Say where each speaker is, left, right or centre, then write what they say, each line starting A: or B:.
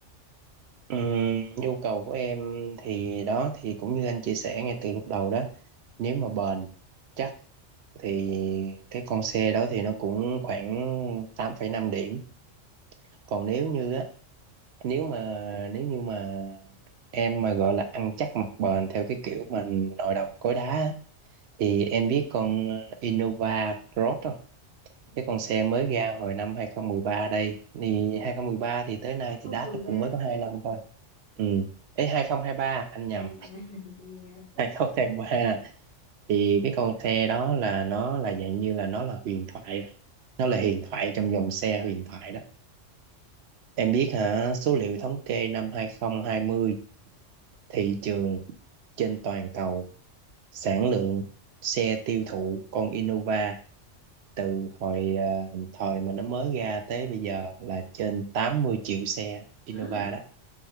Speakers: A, on the right; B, on the right.
A: Ừm, nhu cầu của em thì đó thì cũng như anh chia sẻ ngay từ lúc đầu đó nếu mà bền chắc thì cái con xe đó thì nó cũng khoảng tám phẩy năm điểm còn nếu như á nếu mà nếu như mà em mà gọi là ăn chắc mặc bền theo cái kiểu mà nội đồng cối đá á, thì em biết con ờ, Innova Cross không
B: Ừ,
A: cái con xe mới ra hồi năm 2013 đây thì 2013 thì tới nay
B: 2013
A: thì đát nó cũng mới có 2 năm thôi ừ. Ê, ba anh nhầm
B: à <laughs> dạ
A: Hai không tháng ba thì cái con xe đó là nó là dạng như là nó là huyền thoại nó là huyền thoại trong dòng xe huyền thoại đó em biết hả số liệu thống kê năm 2020 thị trường trên toàn cầu sản lượng xe tiêu thụ con Innova từ hồi ờ, thời mà nó mới ra tới bây giờ là trên 80 triệu xe Innova
B: ừ
A: đó